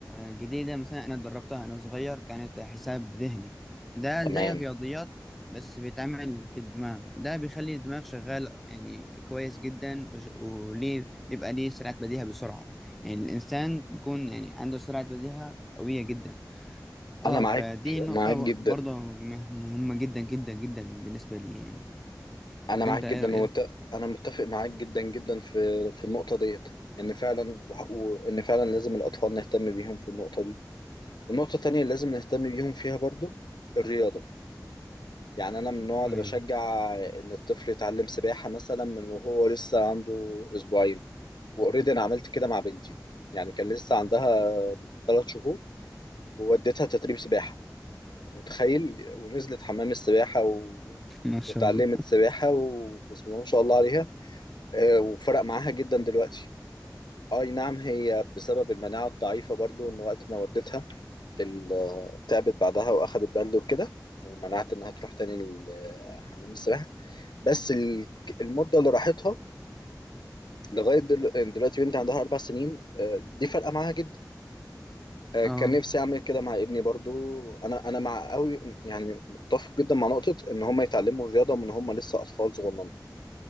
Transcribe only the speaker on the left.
تمام
أنا معاك
معاك جدا
أنا معاك
جدا
وت... أنا متفق معاك جدا جدا في في النقطة ديت إن فعلا وح- وإن فعلا لازم الأطفال نهتم بيهم في النقطة دي والنقطة التانية اللي لازم نهتم بيهم فيها برضو الرياضة يعني أنا من النوع اللي
بشجع إن الطفل يتعلم سباحة مثلا من وهو لسه عنده أسبوعين واوريدي انا عملت كده مع بنتي يعني كان لسه عندها ثلاث شهور ووديتها تدريب سباحه متخيل ونزلت حمام السباحه و...
وتعلمت
سباحه وبسم الله ما شاء الله عليها آه، وفرق معاها جدا دلوقتي اي نعم هي بسبب المناعه الضعيفه برضو ان وقت ما وديتها ال- آه، تعبت بعدها واخدت برد وكده ومنعت انها تروح تاني ال- آه، حمام السباحه بس ال- المده اللي راحتها لغايه دل- دلوقتي بنتي عندها اربع سنين آه، دي فرقه معاها جدا. آه،
كان نفسي اعمل كده مع ابني برضو انا انا مع قوي يعني متفق جدا مع نقطة ان هم يتعلموا الرياضة من هم لسه اطفال صغننه